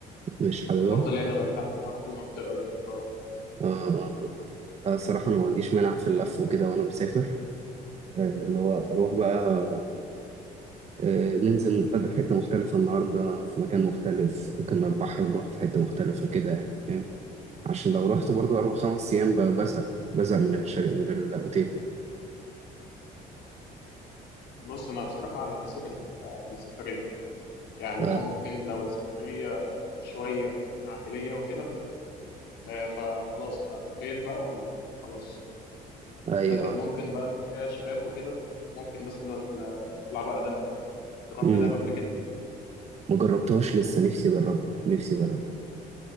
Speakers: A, on the right (about 40°); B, on the left (about 80°).
A: مش حاببها
B: بفضل يعني الغردقة لو هروح المنطقة دي اه
A: آه، آه، آه، الصراحة أنا ما عنديش مانع في اللف وكده وأنا مسافر آه، اللي هو أروح بقى آه، ننزل نتغدى في حتة مختلفة النهاردة في مكان مختلف ممكن على البحر نروح في حتة مختلفة كده يعني فاهم عشان لو رحت برضه أربع خمس أيام ب- بزهق بزهق من الشر... من الأوتيل
B: بص أنا بصراحة على حسب ال- السفرية يعني
A: آه،
B: ممكن لو السفرية شوية عائلية وكده آه، فخلاص بقى أوتيل بقى وخلاص
A: ايوه
B: لكن ممكن بقى لو فيها شباب وكده ممكن مثلا آه، نطلع بقى دهب رحت
A: امم
B: دهب قبل كده
A: ما جربتهاش لسه نفسي اجربها نفسي اجربها